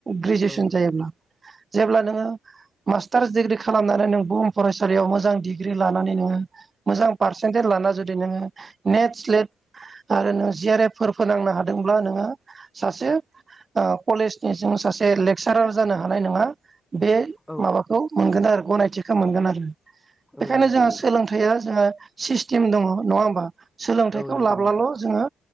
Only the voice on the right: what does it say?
ग्रेजुवेसन
जायोब्ला
जेब्ला नोङो मास्टार डिग्रि खालामनानै नों बुहुम फरायसालियाव मोजां डिग्रि लानानै नोङो मोजां पारसेन्टेज लाना जुदि नोङो नेट स्लेट आरो नोङो जि आर एफफोर फोनांनो हादोंब्ला नोङो सासे ओ कलेजनिजों सासे लेक्सारार जानो हानाय नङा बे
माबाखौ मोनगोन आरो गनायथिखौ मोनगोन आरो बेखायनो
जोंहा सोलोंथाइया जोंहा सिस्टेम दङ' नङा होमबा सोलोंथाइखौ
लाब्लाल'
जों हो